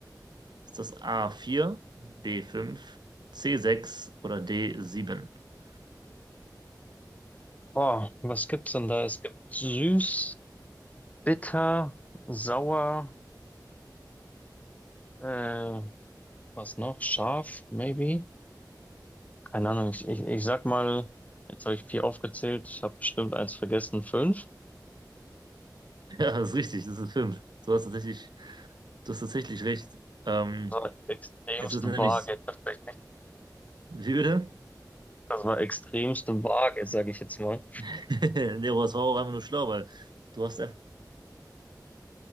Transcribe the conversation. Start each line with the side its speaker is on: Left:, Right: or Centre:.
Right: Ist das a vier, b 5, c sechs oder d sieben? <laughs>
Left: Boah, was gibt's denn da? Es gibt süß, bitter, sauer, äh, was noch? Scharf, maybe? Keine Ahnung, ich, ich, ich sag mal, jetzt habe ich vier aufgezählt, ich habe bestimmt eins vergessen, fünf.
Right: Ja, das ist richtig, das ist fünf. Du hast tatsächlich, du hast tatsächlich recht. Ähm,
Left: Das war extremst
Right: es ist nämlich,
Left: vage, tatsächlich.
Right: wie bitte?
Left: Das war extremst vage, sage ich jetzt mal.
Right: <laughs> Nee, aber das war auch einfach nur schlau, weil du hast einfach